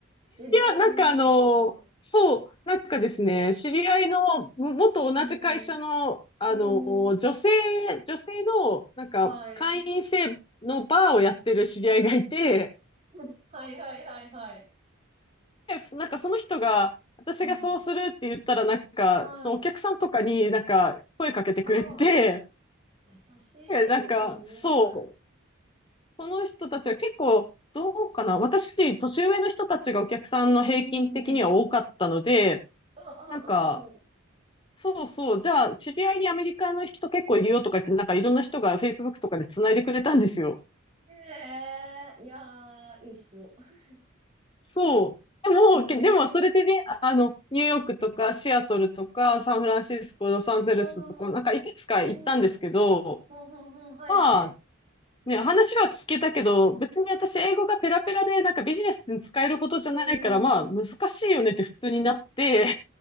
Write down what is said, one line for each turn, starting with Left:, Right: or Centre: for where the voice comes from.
Right: 知り合いのとか。
Left: あなんかあの、そう、なんかですね、知り合いの、も元同じ会社の、
Right: うん。
Left: あの、
Right: うん。
Left: 女性、女性の、なんか、
Right: はい。
Left: 会員制のバーをやってる知り合いがいて、
Right: <laughs> はいはいはいはい。
Left: で、なんかその人が、私がそうするって言ったら、
Right: うん。
Left: なんか、
Right: はい。
Left: そのお客さんとかになんか、声かけてくれて、
Right: ああ、優しい。
Left: で、なんか、
Right: すごい。
Left: そう、その人たちは結構、どうかな、私より年上の人たちがお客さんの平均的には多かったので、
Right: うん。うんうんうんうん。
Left: なんか、そうそう。じゃあ、知り合いにアメリカの人結構いるよとか言って、なんかいろんな人が Facebook とかで繋いでくれたんですよ。
Right: ええいやー、いい人。<laughs>
Left: そう。でも、
Right: うん。
Left: けでもそれでね、
Right: う
Left: あの、ニューヨークとかシアトルとかサンフランシスコ、ロサンゼルスとか、
Right: ん。
Left: なんかいくつか行ったんですけど、
Right: うん。うん。うん。うんはいはい。
Left: まあ、ね、話は聞けたけど、別に私英語がペラペラで、なんかビジネスに使えるほどじゃないから、
Right: う
Left: まあ、
Right: ーん。
Left: 難しいよねって普通になって、